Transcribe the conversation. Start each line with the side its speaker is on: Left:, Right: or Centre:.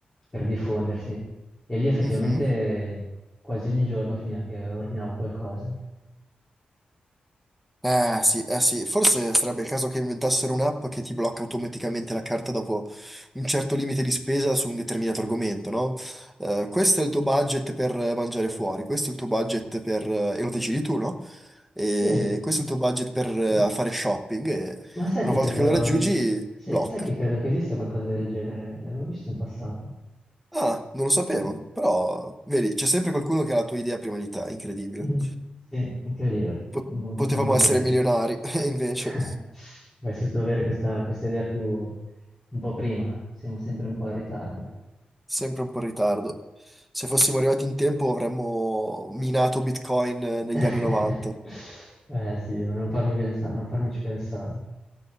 Left: per diffondersi. E lì effettivamente
Centre: Mhm.
Left: quasi ogni giorno finiva che ordinavo qualcosa.
Centre: Eh sì, eh sì, forse sarebbe il caso che inventassero un'app che ti blocca automaticamente la carta dopo un certo limite di spesa su un determinato argomento, no? Eh, questo è il tuo budget per eh, mangiare fuori, questo è il tuo budget per... eh, e lo decidi tu, no? E
Left: Sì,
Centre: questo è il tuo budget per eh,
Left: sì.
Centre: fare shopping e
Left: Ma sai
Centre: una
Left: che
Centre: volta
Left: credo,
Centre: che lo raggiungi,
Left: sì,
Centre: blocca.
Left: sai che credo che esista qualcosa del genere? L'avevo visto in passato.
Centre: Ah, non lo sapevo,
Left: Eh,
Centre: però vedi, c'è sempre qualcuno che ha la tua idea prima di te, incredibile.
Left: mm, Sì, incredibile,
Centre: Po-
Left: il mo-
Centre: potevamo
Left: mondo odierno.
Centre: essere milionari, <laughs> e invece...
Left: <laughs> Avrei potuto avere questa, questa idea più un po' prima, siamo sempre un po' in ritardo.
Centre: Sempre un po' in ritardo. Se fossimo arrivati in tempo avremmo minato Bitcoin eh, negli
Left: <laughs>
Centre: anni 90.
Left: Eh sì, non farmi pensa- non farmici pensare.